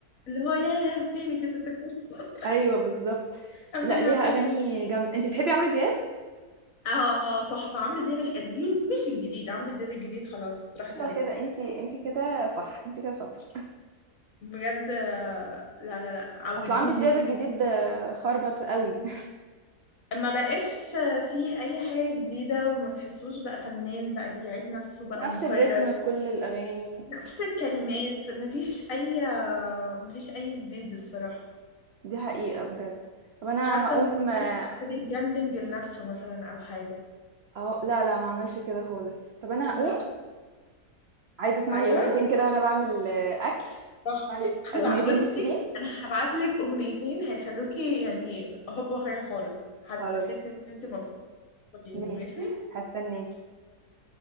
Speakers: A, on the left; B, on the right.
A: اللي هو ياه فينك يا ست الكل <laughs>
B: <laughs> أيوه بالظبط
A: الحمد
B: لا
A: لله
B: ليها
A: على السلامة
B: أغاني جامدة أنت بتحبي عمرو دياب؟
A: اه تحفة عمرو دياب القديم مش الجديد عمرو دياب الجديد خلاص راحت
B: أيوه
A: عليه
B: كده أنت أنت كده صح أنت كده شاطرة
A: بجد آه، لا لا لا عودوني
B: أصل عمرو دياب الجديد آه، خربط قوي
A: ما بقاش في اي حاجة جديدة وما بتحسوش بقى فنان بقى بيعيد نفسه بقى
B: <laughs> نفس
A: مكرر
B: الريتم في كل الأغاني
A: نفس الكلمات ما فيش اي ما فيش اي جديد الصراحة
B: دي حقيقة بجد طب انا
A: حتى
B: هقوم
A: ما بيعملش
B: آه،
A: ريبراندنج لنفسه مثلا او حاجة
B: اهو لا لا ما اعملش كده خالص طب انا
A: لا
B: هقوم عايزة اسمع
A: ايوه
B: لي اغنيتين كده وانا بعمل آه، اكل
A: تحفة
B: اسمع لي
A: <laughs>
B: اغنيتين
A: بصي
B: لشيرين
A: انا هبعت لك اغنيتين هيخلوكي يعني هوب وخير خالص هتحسي
B: خلاص
A: ان انت مبسوطة بيهم
B: ماشي
A: ماشي
B: هستناكي